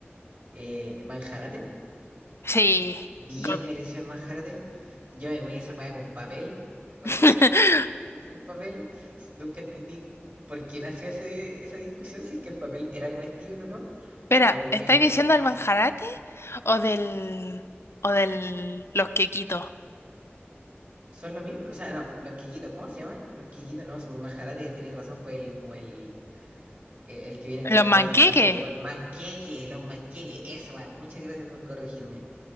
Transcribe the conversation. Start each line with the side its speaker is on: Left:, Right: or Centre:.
Right: eh, Manjarate,
Left: Sí,
Right: bien
Left: God.
Right: mereció el Manjarate. Yo me comí esa weá con papel, porque
Left: <laughs>
Right: Sí, un papel, s- nunca entendí por qué nació ese, esa discusión, si es que el papel era comestible o no.
Left: Espera,
Right: Yo me lo comía
Left: ¿estáis
Right: igual.
Left: diciendo del manjarate o del o del los quequitos?
Right: Son lo mismo, o sea, no, los quiquitos, ¿cómo se llaman? Los quiquitos, no, el majarate, tenéis razón, pues el, como el, el, el que viene como
Left: ¿Los
Right: en envase
Left: manqueques?
Right: en base de yogur. Manqueque, los manqueques, eso, va, muchas gracias por corregirme.